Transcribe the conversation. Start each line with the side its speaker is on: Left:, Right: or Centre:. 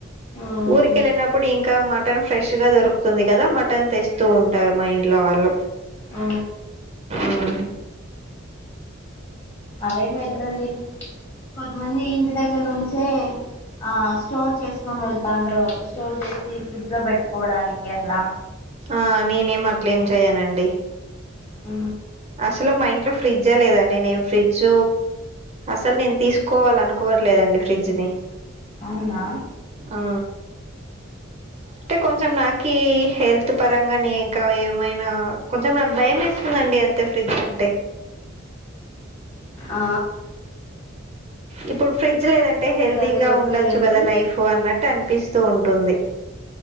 Left: మ్మ్
Right: ఉరికెళ్ళినపుడు ఇంకా మా మటన్ ఫ్రెష్గా దొరుకుతుంది కదా మటన్ తెస్తూ ఉంటారు మా ఇంట్లో వాళ్ళు
Left: ఆ
Right: మ్మ్.
Left: అవే మెడ్రండి కొద్దిమంది ఇంటి దగ్గర నుంచే ఆ స్టోర్ చేసుకొని వెళ్తాండ్ర స్టోర్ చేసి ఫ్రిడ్జ్ లో పెట్టుకోవడానికి అట్లా
Right: ఆ నేనేమి అట్లే ఏం చెయ్యనండి
Left: ఆ
Right: అసలు మా ఇంట్లో ఫ్రిడ్జ లేదండి నేను ఫ్రిడ్జ్ అసలు నేను తీసుకోవాల అనుకోవట్లేదండి ఫ్రిడ్జ్ ని
Left: అవునా
Right: ఆ అంటే కొంచెం నాకీ హెల్త్ పరంగా ని ఇంకా ఏమైనా కొంచెం నాకు భయం ఎస్తుందండి అ ఫ్రిడ్జ్ అంటే
Left: ఆ
Right: ఇప్పుడు ఫ్రిడ్జ్ లేదంటే హెల్దీగా
Left: సరే ఓకేలేండి
Right: ఉండొచ్చు కదా లైఫ్ పో అన్నట్టు అనిపిస్తూ ఉంటుంది